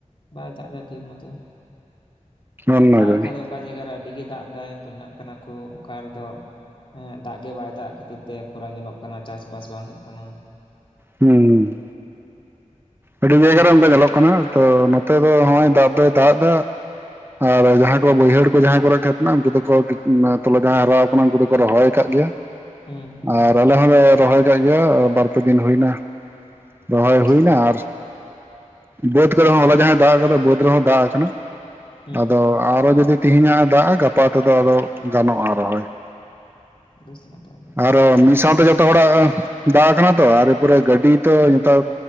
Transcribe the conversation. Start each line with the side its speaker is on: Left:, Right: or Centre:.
Left: ᱵᱟᱭ ᱫᱟᱜ ᱫᱟ ᱴᱷᱤᱠ ᱢᱚᱛᱚ ᱾ ᱟᱨ
Right: ᱚᱱᱟᱜᱮ
Left: ᱫᱟᱜ ᱮᱜ ᱠᱷᱟᱡ ᱫᱚ ᱚᱠᱟ ᱡᱟᱭᱜᱟᱨᱮ ᱟᱹᱰᱤᱜᱮ ᱫᱟᱜ ᱫᱟᱭ ᱵᱚᱱᱱᱟᱜ ᱠᱟᱱᱟ ᱠᱚ ᱚᱠᱟ ᱨᱮᱫᱚ ᱮᱸ ᱫᱟᱜ ᱜᱮ ᱵᱟᱭ ᱫᱟᱜ ᱠᱷᱟᱹᱛᱤᱨ ᱛᱮ, ᱠᱷᱚᱨᱟ ᱧᱮᱞᱚᱜ ᱠᱟᱱᱟ ᱪᱟᱥᱵᱟᱥ ᱵᱟᱝ ᱦᱩᱭᱩᱜ ᱠᱟᱱᱟ ᱾
Right: ᱦᱩᱸᱻ᱾ ᱟᱹᱰᱤ ᱡᱟᱭᱜᱟ ᱨᱮ ᱚᱱᱠᱟ ᱧᱮᱞᱚᱜ ᱠᱟᱱᱟ ᱛᱚ, ᱱᱚᱛᱮ ᱫᱚ ᱦᱚᱜᱚᱭ ᱫᱟᱜ ᱫᱚᱭ ᱫᱟᱜ ᱫᱟ ᱾ ᱟᱨ ᱡᱟᱦᱟᱸᱭ ᱠᱚ ᱵᱟᱹᱭᱦᱟᱹᱲ ᱠᱚ ᱡᱟᱦᱟᱸᱭ ᱠᱚᱨᱮ ᱠᱷᱮᱛ ᱢᱮᱱᱟᱜᱼᱟ, ᱩᱱᱠᱩ ᱫᱚᱠᱚ ᱛᱚᱞᱟ ᱡᱟᱦᱟᱸᱭ ᱦᱟᱨᱟ ᱠᱟᱱᱟ ᱩᱱᱠᱩ ᱫᱚᱠᱚ ᱨᱚᱦᱚᱭ ᱠᱟᱜ ᱜᱮᱭᱟ
Left: ᱦᱩᱸ
Right: ᱾
Left: ᱦᱩᱸ
Right: ᱟᱨ ᱟᱞᱮ ᱦᱚᱸᱞᱮ ᱨᱚᱦᱚᱭ ᱠᱟᱜ ᱜᱮᱭᱟ ᱵᱟᱨ ᱯᱮ ᱫᱤᱱ ᱦᱩᱭᱱᱟ ᱾ ᱨᱚᱦᱚᱭ
Left: ᱟᱪᱪᱷᱟ
Right: ᱦᱩᱭᱱᱟ ᱟᱨ ᱵᱟᱹᱫᱽ ᱠᱚᱨᱮ ᱦᱚᱸ ᱦᱚᱞᱟ ᱡᱟᱦᱟᱸᱭ ᱫᱟᱜ ᱠᱟᱫᱟ ᱵᱟᱹᱫᱽ ᱦᱚᱸ ᱫᱟᱜ ᱠᱟᱱᱟ,
Left: ᱦᱩᱸ
Right: ᱟᱫᱚ
Left: ᱦᱩᱸ
Right: ᱟᱨᱦᱚ ᱡᱩᱫᱤ ᱛᱮᱦᱮᱧᱟᱜ ᱫᱟᱜ ᱜᱟᱯᱟ ᱛᱮᱫᱚ ᱟᱫᱚ ᱜᱟᱱᱚᱜᱼᱟ ᱨᱚᱦᱚᱭ ᱾
Left: ᱵᱮᱥ ᱱᱟᱯᱟᱭ ᱜᱮ
Right: ᱟᱨᱦᱚ ᱢᱤᱫ ᱥᱟᱶᱛᱮ ᱡᱚᱛᱚ ᱦᱚᱲᱟᱜ ᱫᱟᱜ ᱠᱟᱱᱟ ᱛᱚ ᱮᱯᱚᱨᱮ ᱜᱟᱹᱰᱤ ᱛᱚ
Left: ᱦᱩᱸ
Right: ᱱᱮᱛᱟᱨ
Left: ᱦᱩᱸ